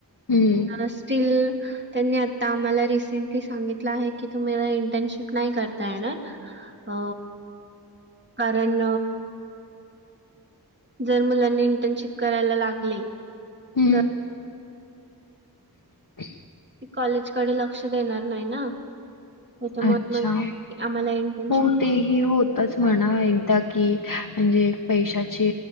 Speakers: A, on the left; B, on the right.
A: हम्म.
B: लास टील त्यांनी आता आम्हाला रि त्यांनी सांगितल आहे की तुम्हीला इंटनशिप नाही करता येणार अ कारण जर मुलांनी इंटर्नशिप करायला लागले
A: हम्म
B: तर
A: <inaudible>
B: ते कॉलेजकडे लक्ष देणार नाही ना. त्याच्यामुळे
A: अच्छा,
B: मग आम्हाला इंटर्नशिप
A: हो ते ही होतच म्हणा
B: देतात.
A: एकदा की म्हणजे पैशाची